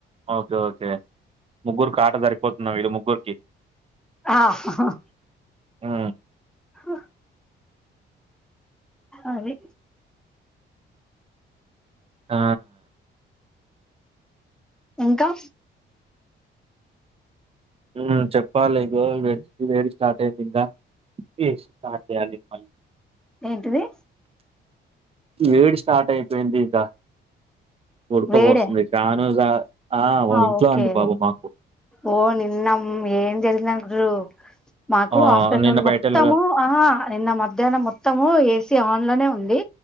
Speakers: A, on the right; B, in the centre.
A: ఓకే ఓకే ముగ్గురుకి ఆట సరిపోతుందేమో వీళ్ళ ముగ్గురికి
B: ఆ
A: ఆ
B: హ అది
A: ఆ
B: ఇంకా
A: ఉమ్ చెప్పాలి ఇదో వేడి వేడి స్టార్ట్ అయిపోద్దా <unintelligible> స్టార్ట్ చేయాలి మళ్ళీ
B: ఏంటిది
A: వేడి స్టార్ట్ అయిపోయింది ఇగ ఉడకపోస్తుంది
B: వేడే
A: ఫ్యాను ఓ
B: ఆ
A: ఇంట్లో
B: ఓకే
A: అండి బాబు మాకు.
B: ఓ నిన్న ఏం జరిగిందనుకుంటుర్రు మాకు
A: ఆ!
B: ఆఫ్టర్నూన్
A: నిన్న బయటెళ్ళగా
B: మొత్తము ఆహా నిన్న మధ్యాహ్నం మొత్తము ఏసి ఆన్లనే ఉంది